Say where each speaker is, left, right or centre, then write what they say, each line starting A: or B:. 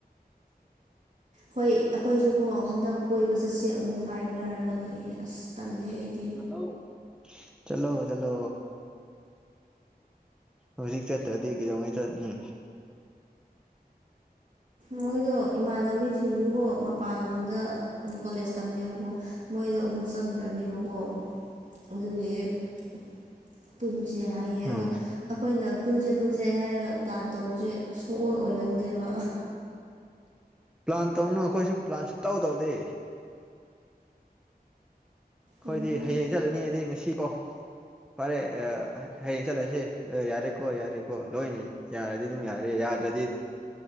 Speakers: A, on the right (about 50°); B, in the centre.
A: ꯍꯣꯏ ꯑꯩꯈꯣꯏꯁꯨꯀꯣ ꯍꯟꯗꯛ ꯀꯣꯏꯕ ꯆꯠꯁꯦ ꯑꯃꯨꯛ ꯍꯥꯏꯅꯔꯒ ꯂꯩ ꯑꯁ ꯇꯜꯂꯦ ꯑꯩꯗꯤ
B: ꯍꯂꯣ ꯆꯂꯣ ꯆꯂꯣ ꯍꯧꯖꯤꯛ ꯆꯠꯇ꯭ꯔꯗꯤ ꯀꯩꯗꯧꯉꯩ ꯆꯠꯅꯤ
A: ꯃꯣꯏꯗꯣ ꯏꯃꯥꯟꯅꯕꯤꯁꯤꯡꯗꯨꯕꯨ ꯃꯄꯥꯟ ꯂꯝꯗ ꯀꯣꯂꯦꯖ ꯇꯝꯃꯦꯕꯀꯣ ꯃꯣꯏꯗꯣ ꯑꯃꯨꯛ ꯆꯪ ꯐꯔꯅꯦꯕꯀꯣ ꯑꯗꯨꯒꯤꯟ ꯁꯦ ꯍꯥꯏꯌꯦ
B: ꯎꯝ
A: ꯑꯗꯣ ꯑꯩꯈꯣꯏꯅ ꯄꯨꯟꯁꯩ ꯄꯨꯟꯁꯩ ꯍꯥꯏꯔꯒ ꯄ꯭ꯂꯥꯟ ꯇꯧꯕꯁꯦ ꯁꯣꯛꯑꯣ ꯑꯣꯏꯔꯟꯗꯦꯕ
B: ꯄ꯭ꯂꯥꯟ ꯇꯧꯅꯨ ꯑꯩꯈꯣꯏꯁꯨ ꯄ꯭ꯂꯥꯟ ꯁ ꯇꯧ ꯇꯧꯗꯦ ꯑꯩꯣꯏꯗꯤ
A: ꯎꯝ
B: ꯍꯌꯦꯡ ꯆꯠꯂꯅꯤꯗꯤ ꯉꯁꯤ ꯑꯣ ꯐꯔꯦ ꯍꯌꯦꯡ ꯆꯠꯂꯁꯤ ꯌꯥꯔꯦꯀꯣ ꯌꯥꯔꯦꯀꯣ ꯂꯣꯏꯅꯤ ꯌꯥꯔꯗꯤ ꯑꯗꯨꯝ ꯌꯥꯔꯦ ꯌꯥꯗ꯭ꯔꯗꯤ